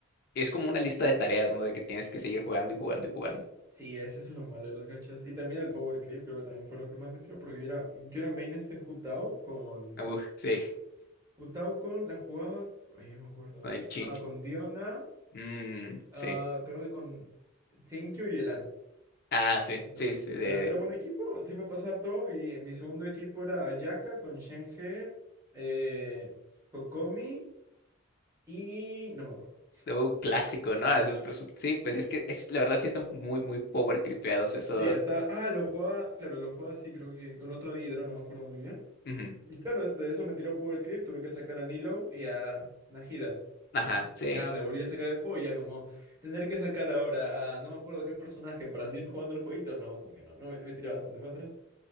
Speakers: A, on the left (about 45°); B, on the right (about 15°).
A: es como una lista de tareas, ¿no? De que tienes que seguir jugando y jugando y jugando.
B: Sí, ese es lo malo de los gachas. Y también el Power Creep, creo que también fue lo que más me tiró, porque yo era, yo era main este Jutao con...
A: Ah, Uf, sí,
B: Jutao con... La jugaba... Ay, no me acuerdo.
A: con el chincho.
B: Ah, con Diona,
A: Mm,
B: ah,
A: sí.
B: creo que con Sinkyu y Elan.
A: Ah, sí,
B: Entonces,
A: sí, sí, de,
B: era, era buen equipo, sí me pasaba todo, y mi segundo equipo era Ayaka con Shenhe, eh, Kokomi y... no me acuerdo.
A: de un clásico, ¿no? Esos perso- sí, pues es que es, la verdad sí están muy, muy power creepeados esos.
B: Sí, está... Ah, lo jugaba, claro, lo jugaba sí, creo que con otro hidro, no me acuerdo muy bien.
A: ujú.
B: Y claro, este, eso me tiró Powercrypt, tuve que sacar a Nilo y a Najida.
A: Ajá, sí.
B: Y ya me volví a sacar el juego, ya como tener que sacar ahora a no me acuerdo qué personaje para seguir jugando el jueguito, no, como que no, no me, me tiró bastante para atrás.